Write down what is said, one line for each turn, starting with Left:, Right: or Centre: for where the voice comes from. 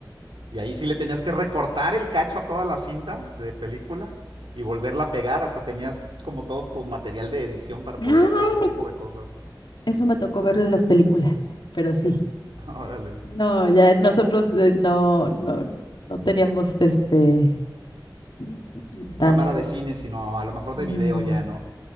Right: y ahí sí le tenías que recortar el cacho a toda la cinta de película y volverla a pegar. Hasta tenías como todo tu material de edición para poder
Left: Ay,
Right: hacer ese tipo de cosas.
Left: eso me tocó verlo en las películas, pero sí.
Right: <laughs> Órale.
Left: No, ya nosotros eh, no, no, no teníamos este mm, tanto.
Right: Cámara de cine, sino a lo mejor
Left: No.
Right: de video ya, ¿no?